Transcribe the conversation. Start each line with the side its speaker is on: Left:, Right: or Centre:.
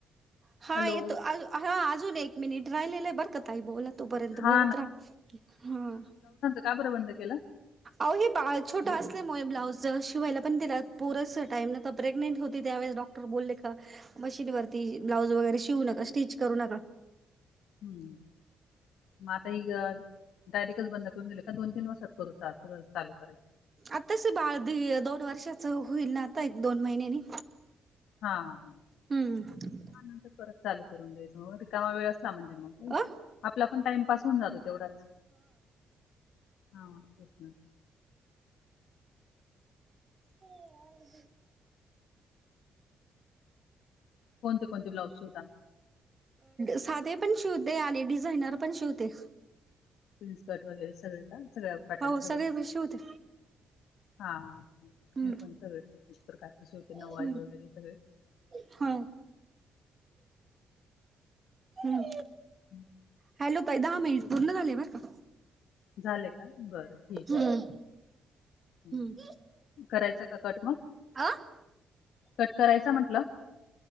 Right: हा
Left: हॅलो
Right: येतो हा अजून एक मिनिट राहिलेलं आहे बरका तई बोला. तोपर्यंत
Left: हा
Right: बोलत राहा हा.
Left: काबर बंद केला?
Right: अह हे बा छोटं असलेमुळे ब्लाउज शिवायला पण पुर टाईम ना प्रेग्नेंट होती त्यावेळेस डॉक् र बोलले का मशीनवररती ब्लाउज वगैरे शिवू नका स्टिच करू नका.
Left: हम्म हम मग आता इ डायरेक्टच बंद करून गेले का दोन तीन वासात करू चालू करायच
Right: आताच बाळ ध दोन वर्षाच होईल ना आता एक दोन महिनेनी.
Left: हा ह हा
Right: हम्म हम
Left: हा नंतर परत चालू करून द्यायचं मग रिकामा वेळ म्हणजे मग का
Right: अ
Left: आपला पण टाइम पास होऊन जातो तेवढाच. हा तेच ना
Right: ह अदी
Left: कोणते कोणते ब्लाउज शिवता?
Right: साधे पण शिवते आणि डिझायनर पण शिवते.
Left: प्रिन्स कट वगैरे सगळे का सगळ पॅटर्न
Right: हो
Left: सगळे.
Right: पण शिवते
Left: हा
Right: हम्म
Left: मी पण सगळे प्रकारचे शे होते नऊवारी
Right: हम्म
Left: वगैरे सगळे.
Right: हा हम्
Left: हम्म
Right: हॅलो ताई दहा मिनट पूर्ण झाले बर का.
Left: झाले का बरं. ठीक
Right: हम्म
Left: आहे. ठीक आहे.
Right: हम्म
Left: हं. करायचा का कट मग
Right: अ
Left: कट करायचा म्हंटलं?